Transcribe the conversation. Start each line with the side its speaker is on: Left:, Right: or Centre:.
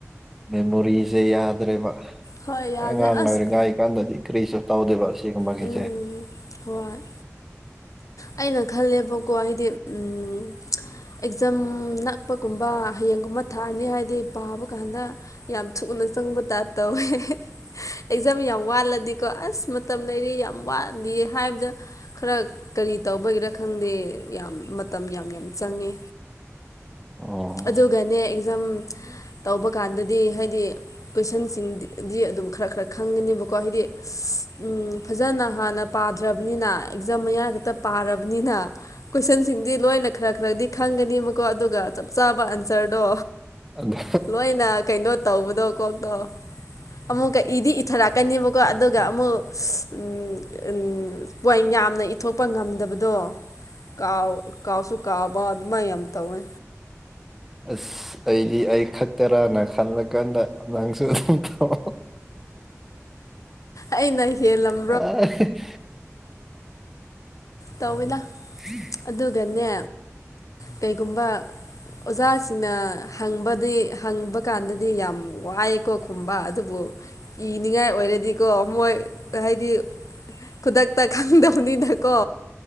Centre: ꯃꯦꯃꯣꯔꯤꯁꯦ ꯌꯥꯗ꯭ꯔꯦꯕ
Left: ꯍꯣꯏ ꯌꯥꯗ꯭ꯔꯦ
Centre: ꯑꯉꯥꯡ
Left: ꯑꯁ
Centre: ꯑꯣꯏꯔꯤꯉꯥꯏ ꯀꯥꯟꯗꯗꯤ ꯀꯔꯤꯁꯨ ꯇꯧꯗꯦꯕ ꯁꯤꯒꯨꯝꯕꯒꯤꯁꯦ
Left: ꯎꯝ ꯍꯣꯏ ꯑꯩꯅ ꯈꯜꯂꯦꯕꯀꯣ ꯍꯥꯏꯗꯤ ꯎꯝ ꯑꯦꯛꯖꯥꯝ ꯅꯛꯄꯒꯨꯝꯕ ꯍꯌꯦꯡꯒꯨꯝꯕ ꯊꯥꯔꯅꯤ ꯍꯥꯏꯗꯤ ꯄꯥꯕ ꯀꯥꯟꯗ ꯌꯥꯝ ꯊꯨꯅ ꯆꯪꯕ ꯇꯥꯏꯞ ꯇꯧꯋꯦ ꯑꯦꯛꯖꯥꯝ ꯌꯥꯝ ꯋꯥꯠꯂꯗꯤꯀꯣ ꯑꯁ ꯃꯇꯝ ꯂꯩꯔꯤ ꯌꯥꯝ ꯋꯥꯠꯂꯤ ꯍꯥꯏꯕꯗ ꯈꯔ ꯀꯔꯤ ꯇꯧꯕꯒꯤꯔꯥ ꯈꯪꯗꯦ ꯌꯥꯝ ꯃꯇꯝ ꯌꯥꯝ ꯌꯥꯝ ꯆꯪꯉꯦ
Centre: ꯑꯣ
Left: ꯑꯗꯨꯒꯅꯦ ꯑꯦꯛꯖꯥꯝ ꯇꯧꯕ ꯀꯥꯟꯗꯗꯤ ꯍꯥꯏꯗꯤ ꯀꯣꯏꯁꯟꯁꯤꯡꯗꯤ ꯗꯤ ꯑꯗꯨꯝ ꯈꯔ ꯈꯔ ꯈꯪꯒꯅꯤꯕꯀꯣ ꯍꯥꯏꯗꯤ ꯎꯝ ꯐꯖꯅ ꯍꯥꯟꯅ ꯄꯥꯗ꯭ꯔꯕꯅꯤꯅ ꯑꯦꯛꯖꯥꯝ ꯃꯌꯥ ꯈꯛꯇ ꯄꯥꯔꯕꯅꯤꯅ ꯀꯣꯏꯁꯟꯁꯤꯡꯗꯤ ꯂꯣꯏꯅ ꯈꯔ ꯈꯔꯗꯤ ꯈꯪꯒꯅꯤꯕꯀꯣ ꯑꯗꯨꯒ ꯆꯞ ꯆꯥꯕ ꯑꯟꯁꯔꯗꯣ
Centre: ꯑꯗꯨ
Left: ꯂꯣꯏꯅ ꯀꯩꯅꯣ ꯇꯧꯕꯗꯣ ꯀꯣꯛꯇꯣ ꯑꯃꯨꯛꯀ ꯏꯗꯤ ꯏꯊꯔꯛꯀꯅꯤꯕꯀꯣ ꯑꯗꯨꯒ ꯑꯃꯨꯛ ꯑꯁ ꯎꯝ ꯄꯣꯏꯟ ꯌꯥꯝꯅ ꯏꯊꯣꯛꯄ ꯉꯝꯗꯕꯗꯣ ꯀꯥꯎ ꯀꯥꯎꯁꯨꯨ ꯀꯥꯎꯕ ꯑꯗꯨꯃꯥꯏ ꯌꯥꯝ ꯇꯧꯋꯦ
Centre: ꯑꯁ ꯑꯩꯗꯤ ꯑꯩ ꯈꯛꯇꯔꯥꯅ ꯈꯜꯂꯀꯥꯟꯗ ꯑꯉꯥꯡꯁꯨ ꯑꯗꯨꯝꯧ
Left: ꯑꯩꯅ ꯍꯦꯜꯂꯝ
Centre: ꯑ
Left: ꯇꯧꯋꯅ
Centre: ꯎꯝ
Left: ꯑꯗꯨꯒꯅꯦ ꯀꯩꯒꯨꯝꯕ ꯑꯣꯖꯥꯁꯤꯡꯅ ꯍꯪꯕꯗꯤ ꯍꯪꯕ ꯀꯥꯟꯗꯗꯤ ꯌꯥꯝ ꯋꯥꯏꯑꯀꯣ ꯈꯨꯝꯕ ꯑꯗꯨꯕꯨ ꯏꯅꯤꯡꯉꯥꯏ ꯑꯣꯏꯔꯗꯤꯀꯣ ꯃꯣꯏ ꯍꯥꯏꯗꯤ ꯈꯨꯗꯛꯇ ꯈꯪꯗꯕꯅꯤꯅꯀꯣ